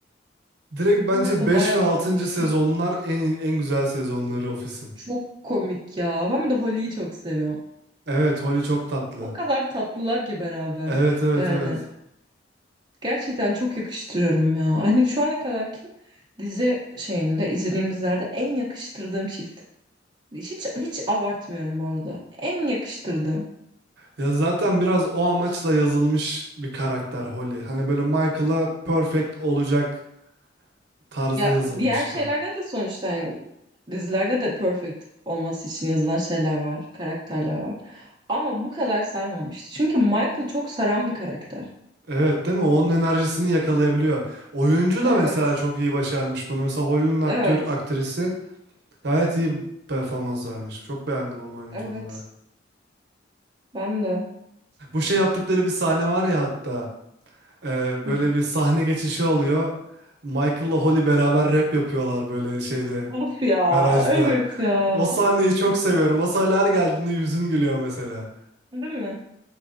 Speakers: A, on the right (about 60°); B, on the right (about 25°).
A: Direkt bence
B: Michael
A: 5
B: bayağı
A: ve altıncı
B: sarmıştı.
A: sezonlar en en güzel sezonları Office'in.
B: Çok komik ya. Ben bir de Holly'yi çok seviyorum.
A: Evet, Holly çok tatlı.
B: O kadar tatlılar ki beraber.
A: Evet evet
B: Yani
A: evet.
B: Gerçekten çok yakıştırıyorum ya. Hani şu ana kadarki dizi şeyinde izlediğim dizilerde en yakıştırdığım çift. Hiç hiç abartmıyorum bu arada. En yakıştırdığım.
A: Ya zaten biraz o amaçla yazılmış bir karakter Holly. Hani böyle Michael'a perfect olacak tarzda
B: Ya
A: yazılmıştı.
B: diğer şeylerde de sonuçta yani dizilerde de perfect olması için yazılan şeyler var, karakterler var. Ama bu kadar sarmamıştı. Çünkü Michael çok saran bir karakter.
A: Evet değil mi? Onun enerjisini yakalayabiliyor. Oyuncu
B: Evet.
A: da mesela çok iyi başarmış bunu. Mesela Holly'nin aktör,
B: Evet.
A: aktrisi Gayet iyi performans vermiş. Çok beğendim onun oyunculuğunu
B: Evet.
A: da.
B: Ben de.
A: Bu şey yaptıkları bir sahne var ya hatta. e,
B: Hı.
A: böyle bir sahne geçişi oluyor. Michael'la Holly beraber rap yapıyorlar böyle şeyde,
B: Of ya.
A: garajda.
B: Evet ya.
A: O sahneyi çok seviyorum. O sahne her geldiğinde yüzüm gülüyor mesela.
B: Değil mi?